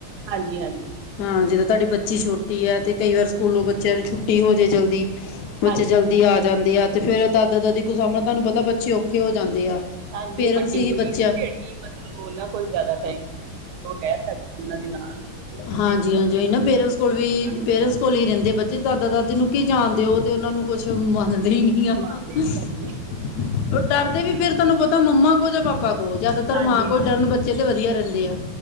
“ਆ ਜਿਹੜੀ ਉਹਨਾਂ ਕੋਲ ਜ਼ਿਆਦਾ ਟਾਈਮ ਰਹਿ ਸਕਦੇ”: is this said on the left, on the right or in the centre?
Right